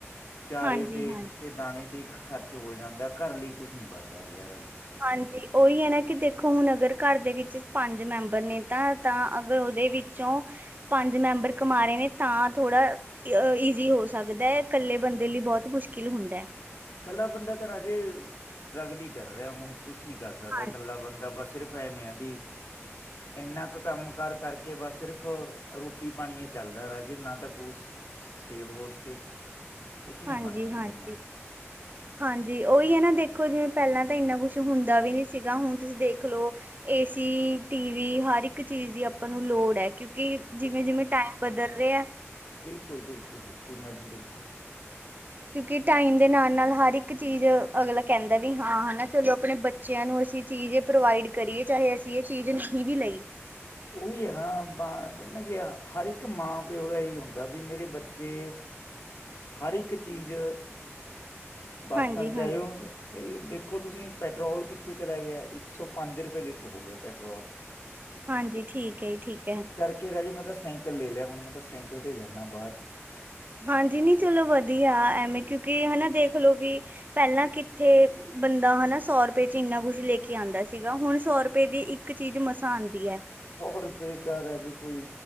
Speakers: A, on the left (about 75°); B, on the right (about 40°).
A: ਚਾਰੇ
B: ਹਾਂਜੀ
A: ਤੇ
B: ਹਾਂਜੀ
A: ਤੇ ਦਾਣੇ ਤੇ ਖਰਚ ਹੋ ਜਾਂਦਾ। ਘਰ ਲਈ ਕੁਛ ਨੀ ਵੱਧਦਾ ਹੈਗਾ ਜੀ।
B: ਹਾਂਜੀ। ਉਹੀ ਹੈ ਨਾ ਕਿ ਦੇਖੋ, ਹੁਣ ਅਗਰ ਘਰ ਦੇ ਵਿੱਚ ਪੰਜ ਮੈਂਬਰ ਨੇ' ਤਾਂ ਤਾਂ ਅਗਰ ਉਹਦੇ ਵਿੱਚ ਕਿਉੰ, ਪੰਜ ਮੈਂਬਰ ਕਮਾ ਰਹੇ ਨੇ ਤਾਂ ਥੋੜਾ- ਈਜ਼ੀ ਹੋ ਸਕਦਾ ਹੈ। ਇਕੱਲੇ ਬੰਦੇ ਲਈ ਬਹੁਤ ਮੁਸ਼ਕਿਲ ਹੁੰਦਾ ਹੈ।
A: ਇਕੱਲਾ ਬੰਦਾ ਤਾਂ ਰਾਜੇ, ਸਟਰਗਲ ਹੀ ਕਰ ਰਿਹਾ। ਹੁਣ ਕੁਛ ਨਹੀਂ ਕਰ ਸਕਦਾ
B: ਹਾਂ
A: ਇਕੱਲਾ ਬੰਦਾ ਬਸ ਸਿਰਫ। ਪਏ ਮੈਂ ਵੀ। ਇੰਨਾ ਕੁ ਕੰਮ- ਕਾਰ ਕਰਕੇ ਬਸ ਸਿਰਫ ਰੋਟੀ -ਪਾਣੀ ਚੱਲਦਾ ਰਾਜੇ। ਨਾ ਤ ਕੁ ਸੇਵ ਹੋ ਸਕੇ। ਕੁਛ ਨਹੀਂ
B: ਹਾਂਜੀ-ਹਾਂਜੀ।
A: ਬਣਦਾ ਇਹਦੇ ਨਾਲ
B: ਹਾਂਜੀ। ਉਹੀ ਹੈ ਨਾ ਦੇਖੋ, ਜਿਵੇਂ ਪਹਿਲਾਂ ਤਾਂ ਇੰਨਾ ਕੁਛ ਹੁੰਦਾ ਵੀ ਨਹੀ ਸੀਗਾ। ਹੁਣ ਤੁਸੀਂ ਦੇਖ ਲਓ। ਏ ਸ, 'ਟੀ ਵੀ 'ਹਰ ਇੱਕ ਚੀਜ਼ ਦੀ ਆਪਾਂ ਨੂੰ ਲੋੜ ਹੈ। ਕਿਉਕਿ ਕਿ ਜਿਵੇਂ- ਜਿਵੇਂ ਟਾਈਮ ਬਦਲ ਰਿਹਾ ਆ।
A: ਬਿਲਕੁਲ-ਬਿਲਕੁਲ-ਬਿਲਕੁਲ ਮੈਡਮ ਬਿਲਕੁਲ।
B: ਕਿਉਂਕਿ ਟਾਈਮ ਦੇ ਨਾਲਾ ਨਾਲ ਹਰ ਇੱਕ ਚੀਜ਼ ਅਗਲਾ ਕਹਿੰਦਾ ਵੀ ਹਾਂ, ਹਨਾ। ਚਲੋ ਆਪਣੇ ਬੱਚੇ ਬੱਚਿਆਂ ਨੂੰ ਅਸੀਂ ਚੀਜ਼ ਇਹ ਪ੍ਰੋਵਾਈਡ ਕਰੀਏ। ਚਾਹੇ ਅਸੀਂ ਇਹ ਚੀਜ਼ ਨਹੀਂ ਵੀ ਲਈ।
A: ਉਹੀ ਹੈ ਨਾ, ਕਿਹਾ ਹਰ ਇੱਕ ਮਾਂ -ਪਿਓ ਦਾ ਇਹੀ ਹੁੰਦਾ ਵੀ ਮੇਰੇ ਬੱਚੇ। ਹਰ ਇੱਕ ਚੀਜ਼ ਬਰਤਣ
B: ਹਾਂਜੀ
A: ਚਾਹੀਔ
B: ਹਾਂਜੀ
A: ਤੋਂ ਦੇਖੋ, ਤੁਸੀਂ ਪੈਟਰੋਲ ਕਿੱਥੇ ਚਲਾ ਗਿਆ। ਇੱਕ ਸੌ ਪੰਜ ਰੁਪਏ ਲੀਟਰ ਹੋ ਗਿਆ ਪੈਟਰੋਲ।
B: ਹਾਂਜੀ। ਠੀਕ ਹੈ, ਠੀਕ ਹੈ।
A: ਕੀ ਏ ਰਾਜੇ, ਮੈਂ ਤਾਂ ਸੇਂਕਲ ਲੈ ਲਿਆ, ਹੁਣ ਮੈਂ ਤਾਂ ਸਾਈਕਲ ਤੇ ਜਾਂਦਾ ਬਾਹਰ।
B: ਹਾਂਜੀ ਨੀ ਚਲੋ ਵਧੀਆ, ਐਵੇਂ ਕਿਉਂ ਕਹਿਏ ਹੈਨਾ। ਦੇਖਲੋ ਵੀ, ਪਹਿਲਾਂ ਕਿੱਥੇ ਬੰਦਾ ਹੈਨਾ ਸੌ ਰੁਪਏ ਚ ਇੰਨਾ ਕੁਛ ਲੈਕੇ ਆਉਂਦਾ ਸੀਗਾ। ਹੁਣ ਸੌ ਰੁਪਏ ਦੀ ਇੱਕ ਚੀਜ਼ ਮਸਾਂ ਆਉਂਦੀ ਹੈ।
A: ਬਹੁਤ ਬੇਹਤਰ ਹੈ ਜੇ ਕੋਈ,